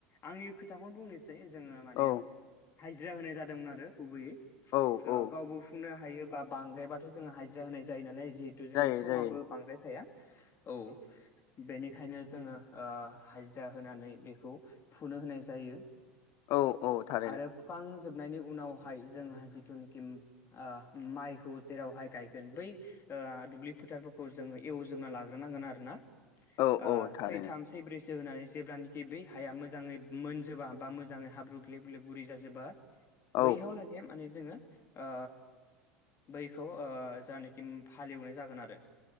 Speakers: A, on the left; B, on the left.
A: आंनि खोथाखौनो बुंनोसै जोंङो माने
B: औ
A: हाजिरा होनाय जादोंमोन आरो गुबैयै
B: औ
A: ओ
B: औ
A: गावबो फुनो हायोबा बांद्रायबाथ' जोङो हाजिरा होनाय जायो नालाय जि जोंनिया
B: जायो
A: समाबो
B: जायो
A: बांद्राय थाया औ बेनिखायनो जोङो ओ हाजिरा होनानै बेखौ फुनो होनाय जायो
B: औ औ थारैनो
A: आरो फुखां जोबनायनि उनावहाय जोंहा जिथुनिखि ओ माइखौ जेरावहाय गायगोन बै ओ दुब्लि फोथारफोरखौ जोङो एवजोबना लाग्रोनांगोन आर ना
B: औ
A: ओ
B: औ थारैनो
A: सैथाम सैब्रैसो होनानै जेब्लानोखि बै हाया मोजाङै मोनजोबा बा मोजाङै हाब्रु ग्लेब बुरि जाजोबा
B: औ
A: बैह लागै माने जोङो ओ बैखौ ओ जानखि हालेवनाय जागोन आरो